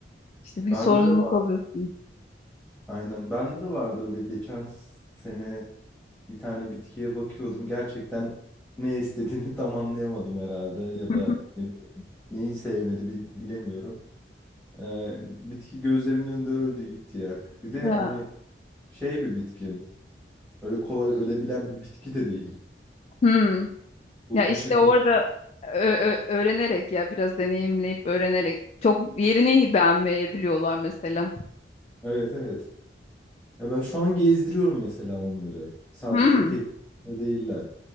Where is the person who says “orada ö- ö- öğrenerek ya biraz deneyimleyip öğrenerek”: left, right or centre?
Left